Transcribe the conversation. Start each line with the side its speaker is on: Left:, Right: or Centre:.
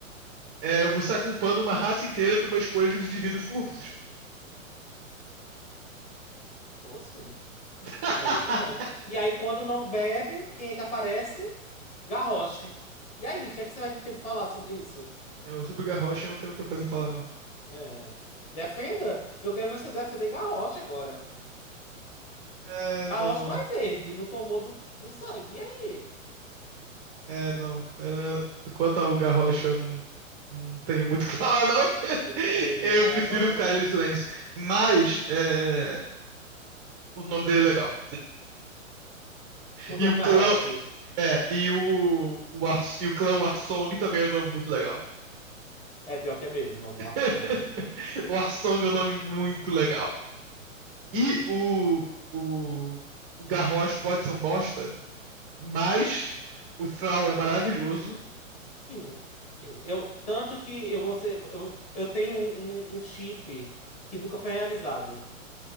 Right: é, você tá culpando uma raça inteira por uma escolha de uns indivíduos corruptos.
Left: Tô assim,
Right: <laughs>
Left: e continuarei culpando. E aí quando não bebe, quem é que aparece? Garrosh. E aí, o que é que você vai ter pra falar sobre isso?
Right: É, o sobre o Garrocha eu não tenho muita coisa a falar, não.
Left: É. Defenda. Eu quero ver você defender Garrosh agora.
Right: É,
Left: Garrosh
Right: não.
Left: não é verde, não tomou do, do sangue. E aí?
Right: É, não. Era- Quanto ao Garrocha, eu não, não tenho muito <laughs> o que falar, não. <laughs>
Left: Tudo bem,
Right: Eu
Left: é
Right: prefiro
Left: agora.
Right: ficar ali em silêncio. Mas é, o nome dele é legal.
Left: O nome
Right: E o clã.
Left: Garrosh.
Right: É, e o, o, Ars- e o clã Warsong também é um nome muito legal.
Left: É pior que é mesmo, o nome
Right: <laughs>
Left: Larson.
Right: O Arsong é um nome muito legal. E o, o, o Garrosh pode ser um bosta, mas o Thrall é maravilhoso.
Left: Sim, sim. Eu, tanto que eu vou ser. Eu, eu tenho um, um, um chip que nunca foi realizado